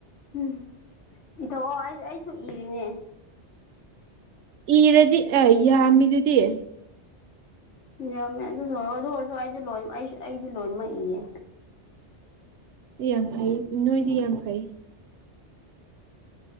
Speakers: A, on the left; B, on the right.
A: ꯎꯝ ꯏꯊꯣꯛꯑꯣ ꯑꯩ ꯑꯩꯁꯨ ꯏꯔꯤꯅꯦ
B: ꯏꯔꯗꯤ ꯑ ꯌꯥꯝꯃꯤꯗꯨꯗꯤ
A: ꯌꯥꯝꯃꯦ ꯑꯗꯨꯁꯨ ꯑꯗꯨ ꯑꯣꯏꯔꯁꯨ ꯑꯩꯗꯤ ꯂꯣꯏ ꯑꯩꯁꯨ ꯑꯩꯗꯤ ꯂꯣꯏꯃꯛ ꯏꯌꯦ
B: ꯌꯥꯝ ꯐꯩ ꯅꯣꯏꯗꯤ ꯌꯥꯝ ꯐꯩ